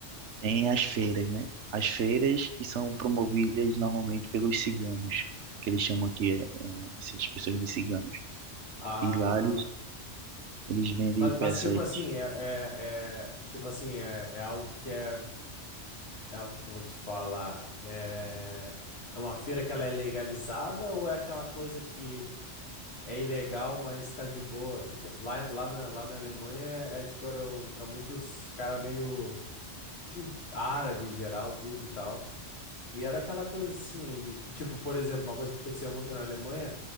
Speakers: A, on the right (about 75°); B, on the left (about 60°).
A: tem as feiras, né? As feiras que são promovidas normalmente pelos ciganos, que eles chamam aqui é, é, essas pessoas de ciganos.
B: Ah,
A: E lá eles, eles vendem
B: mas, mas
A: peças.
B: tipo assim, é, é, é- tipo assim, é, é algo que é, é algo que eu vou te falar. É, é uma feira que ela é legalizada ou é aquela coisa que é ilegal, mas tá de boa? Tipo, lá, lá na, lá na Alemanha é, é, tipo, eram, tinha muitos cara meio, sei, árabe em geral, turco e tal. E era aquela coisa assim, ele, tipo, por exemplo, uma coisa que acontecia muito na Alemanha